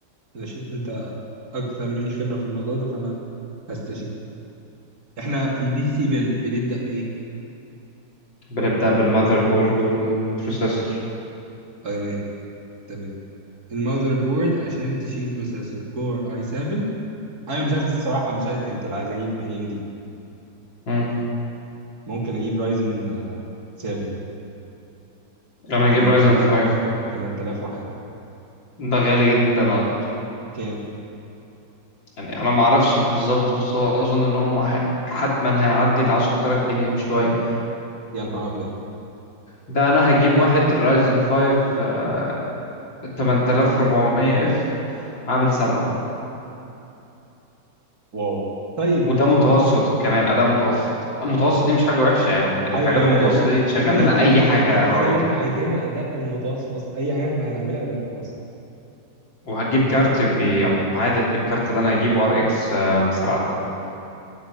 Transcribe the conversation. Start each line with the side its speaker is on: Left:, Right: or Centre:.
Right: ماشي انت اكثر مني خبره في الموضوع ده فانا هستشير احنا في البي سي بيلد بنبدا بايه
Left: بنبدأ بالمذر بورد والبروسيسور
Right: اي ام اي. تمام المذر بورد عشان تشيل بروسيسور كور اي 7 انا مش عايز الصراحه مش عايز انتل عايز اجيب اي ام دي
Left: مم.
Right: ممكن اجيب رايزن آه، 7
Left: انا هجيب
Right: 8000
Left: رايزن 5
Right: 8000 وحاجه
Left: ده غالي جدا على فكرة
Right: كام
Left: يعني انا ما اعرفش بالظبط بس هو اظن ان هم ح- حتما هيعدي ال 10000 جنيه بشوية
Right: يا نهار ابيض
Left: ده انا هجيب واحد رايزن 5 آه، 8400 اف عامل 7
Right: واو طيب
Left: وده متوسط كمان اداء متوسط المتوسط دي مش حاجة وحشة يعني الحاجات
Right: ايوه ايوه
Left: المتوسطة
Right: ايوه لا
Left: دي تشغل
Right: يا ابني
Left: لنا
Right: يا
Left: اي
Right: ابني
Left: حاجة
Right: ال- الحاجه
Left: هاي
Right: اللي احنا عايزينها اداء متوسط اصلا اي حاجه احنا هنعملها اداء متوسط
Left: وهجيب كارت بيعادل الكارت اللي انا هجيبه ار اكس 7